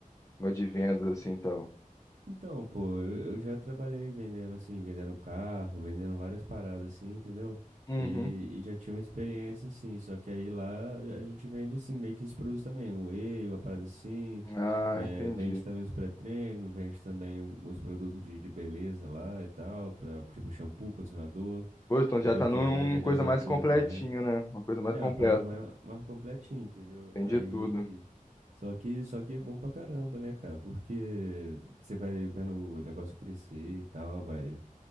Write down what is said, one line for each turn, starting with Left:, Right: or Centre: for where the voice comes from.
Left: negócio de vendas, assim, e tal?
Right: Então, pô, eu, eu já trabalhei vendendo, assim, vendendo carro, vendendo várias paradas, assim, entendeu?
Left: Uhum.
Right: E, e já tinha uma experiência, assim, só que aí lá a gente vende, assim, meio que esses produtos também, o whey, uma parada assim,
Left: Ah,
Right: eh,
Left: entendi.
Right: vende também os pré-treinos, vende também o- os produtos de, de beleza lá e tal, pra, tipo shampoo, condicionador,
Left: Pô, então
Right: entendeu?
Left: já tá
Right: Que
Left: numa
Right: minha mãe vende
Left: coisa
Right: as Natura
Left: mais completinha,
Right: também.
Left: né? Uma coisa mais
Right: É
Left: completa.
Right: uma parada mais, mais completinha, entendeu?
Left: Entendi
Right: Aí.
Left: tudo.
Right: Só que, só que é bom pra caramba, né, cara? Porque você vai vendo o negócio crescer e tal, vai